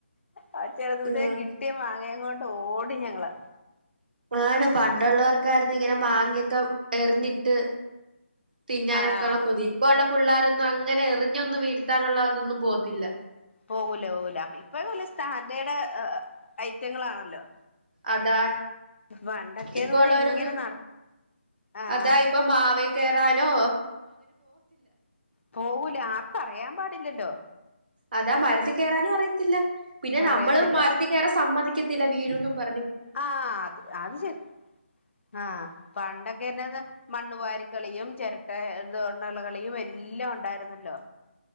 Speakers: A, on the left; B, on the right.
A: ആ ചെറുതേ
B: ആഹ്
A: കിട്ടിയ മാങ്ങയങ്ങയും കൊണ്ടോടി ഞങ്ങള്
B: ആണ് പണ്ടുള്ളവർക്കായിരുന്നു ഇങ്ങനെ മാങ്ങിയൊക്കെ എറിഞ്ഞിട്ട് തിന്നാനൊക്കെ
A: ആഹ്
B: ഉള്ള കൊതി ഇപ്പ ഉള്ള പിള്ളോരൊന്നും അങ്ങനെ എറിഞ്ഞൊന്നും വീഴ ത്താനുള്ള അതൊന്നും പോകത്തില്ല
A: പോകൂല പോകൂല അപ്പൊ ഇപ്പൊഴുല്ല സ്റ്റാൻഡേർഡ് ഐറ്റങ്ങളാണല്ലോ
B: അതാ
A: പണ്ടൊക്കെന്ന്
B: ഇപ്പൊ
A: പറഞ്ഞാ
B: ഉള്ളവരന്നും
A: ഇങ്ങനെ നട ആഹ്
B: അതാ ഇപ്പൊ മാവ കേറാനോ
A: പോവൂല ആർക്കും അറിയാൻ പാടില്ലല്ലോ
B: അതാ മരത്തി കയറാനും അറിയത്തില്ല പിന്നെ
A: അറിയത്തില്ല
B: നമ്മള് മരത്തി കയറാൻ സമ്മതിക്കത്തില്ല വീഴൊന്നും പറഞ്ഞ്
A: ആഹ് അത് അത് ശരി ആഹ് പണ്ടൊക്കെന്നന്ന് മണ്ണുവാാരി കളിയും ചിരട്ട തുകൊണ്ടുള്ള കളിയും എല്ലാം ഉണ്ടായിരുന്നല്ലോ